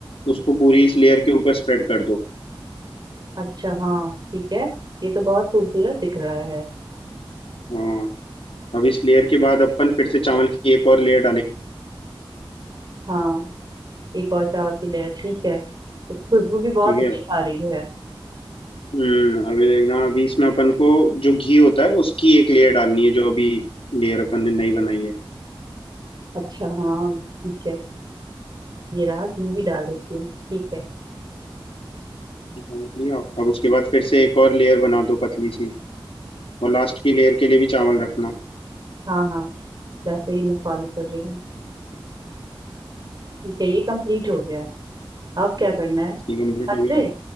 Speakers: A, on the left (about 85°); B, on the right (about 50°).
A: उसको पूरी इस लेयर के ऊपर स्प्रेड कर दो
B: अच्छा हाँ ठीक है ये तो बहुत खूबसूरत दिख रहा है
A: हाँ अब इस लेयर के बाद अपन फिर से चावल की एक और लेयर डालेंगे
B: हाँ एक और चावल की लेयर ठीक है तो खुशबू भी बहुत
A: ठीक
B: अच्छी
A: है
B: आ रही है
A: हम्म अभी देखना अभी इसमें अपन को जो घी होता है उसकी एक लेयर डालनी है जो अभी लेयर अपन ने नई बनाई है
B: अच्छा हाँ ठीक है ये रहा घी भी डाल देती हूँ ठीक है
A: डाल दिया अब उसके बाद फिर से एक और लेयर बना दो पतली सी और लास्ट की लेयर के लिए भी चावल रखना
B: हाँ हाँ जैसे ही मैं फॉलो कर रही हूँ ठीक है ये कंप्लीट हो गया अब क्या करना है
A: ये कंप्लीट
B: रख
A: हो गया
B: दे